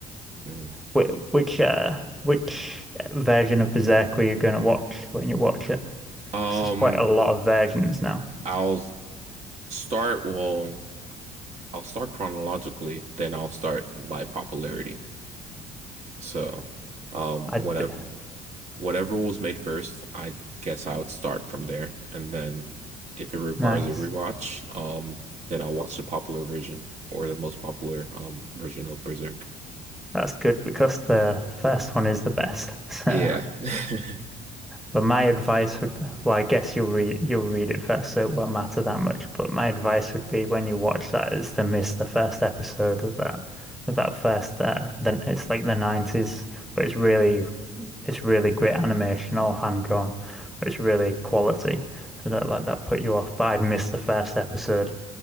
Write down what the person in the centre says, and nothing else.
Which which, uh, which version of Berserk were you going to watch when you watch it?
Because there's quite a lot of versions now.
I
d-
nice.
That's good because the first one is the best. <laughs> So,
but my advice would, well, I guess you'll read you'll read it first, so it won't matter that much. But my advice would be when you watch that is to miss the first episode of that of that first uh, then it's like the 90s, but it's really it's really great animation, all hand drawn, but it's really quality. So don't let that put you off. But I'd miss the first episode